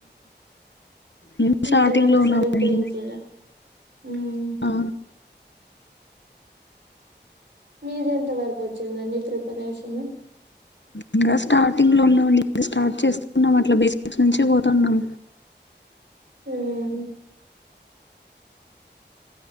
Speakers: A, on the left; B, on the right.
A: మేము స్టార్టింగ్
B: ఇంతవరకు
A: లో ఉన్నామండి
B: సరిగ్గా వినిపియ్యాలే ఉమ్
A: ఆ
B: మీది ఎంత వరకు వచ్చిందండి ప్రిపరేషన్
A: ఇంగ స్టార్టింగ్ లో ఉన్నాం స్టార్ట్ చేస్తున్నాం అట్లా బేసిక్స్ నుంచి పోతున్నాం
B: ఉమ్